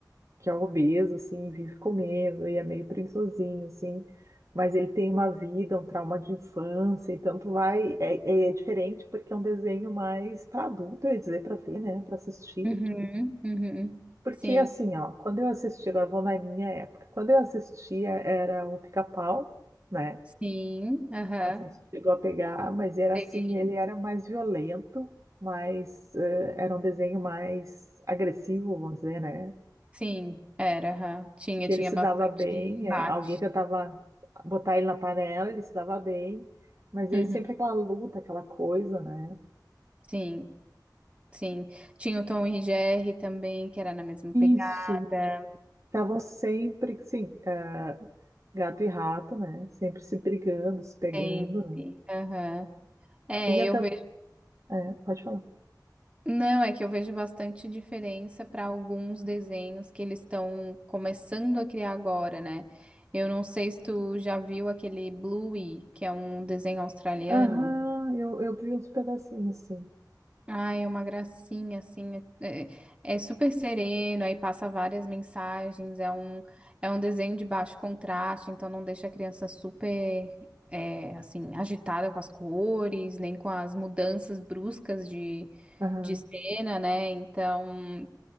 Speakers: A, on the right; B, on the right.
A: que é obeso, assim, vive comendo e é meio preguiçosinho, assim, mas ele tem uma vida, um trauma de infância, então tu vai, é, é é diferente porque é um desenho mais para adulto, eu ia dizer, para ver, né, para assistir.
B: Uhum, uhum.
A: Porque
B: Sim,
A: assim, ó, quando eu assisti, agora eu vou na minha época, quando eu assistia era o Pica-Pau, né?
B: sim, aham.
A: Não sei se chegou a pegar, mas era
B: Peguei.
A: assim, ele era mais violento, mas eh, era um desenho mais agressivo, vamos dizer, né?
B: Sim, era, aham. Tinha,
A: Que
B: tinha
A: ele se
B: bastante
A: dava bem,
B: embate.
A: eh, alguém tentava botar ele na panela, ele se dava bem, mas
B: Uhum,
A: ele sempre aquela luta, aquela coisa, né?
B: sim. Sim, tinha o Tom e Jerry também, que era na mesma pegada,
A: Isso, estavam sempre, sim, eh, gato e rato, né? Sempre se brigando, se pegando,
B: sempre.
A: né?
B: Aham. É,
A: Tinha
B: eu
A: até...
B: vejo.
A: é, pode falar.
B: Não, é que eu vejo bastante diferença para alguns desenhos que eles estão começando a criar agora, né? Eu não sei se tu já viu aquele Bluey, que é um desenho australiano.
A: Aham, eu, eu vi uns pedacinhos, sim.
B: Ai, é uma gracinha, assim, é, é- é super sereno, aí passa várias mensagens, é um, é um desenho de baixo contraste, então não deixa a criança super, é, assim, agitada com as cores, nem com as mudanças bruscas de,
A: Aham,
B: de cena, né? Então,